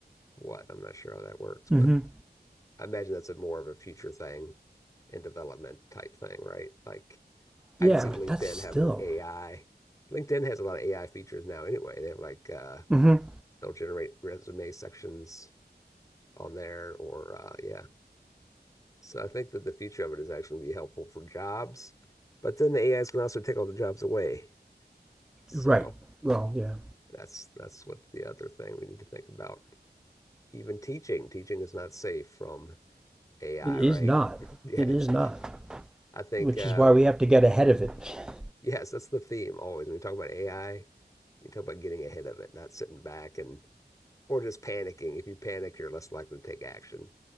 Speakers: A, on the left; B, in the centre.
A: what. I'm not sure how that works, but
B: Mm-hmm.
A: I imagine that's a more of a future thing and development type thing, right? Like I
B: Yeah,
A: can see LinkedIn
B: but that's still
A: having an AI. LinkedIn has a lot of AI features now anyway. They have like uh
B: mm-hmm.
A: they'll generate resume sections on there or uh yeah. So I think that the future of it is actually be helpful for jobs, but then the A is can also take all the jobs away. So
B: right. Well, yeah,
A: that's that's what the other thing we need to think about. Even teaching, teaching is not safe from AI,
B: it is
A: right?
B: not.
A: <laughs> Yeah,
B: It
A: it's
B: is
A: not.
B: not,
A: I think
B: which
A: uh
B: is why we have to get ahead of it. <laughs>
A: Yes, that's the theme always. When we talk about AI, you talk about getting ahead of it, not sitting back and or just panicking. If you panic, you're less likely to take action.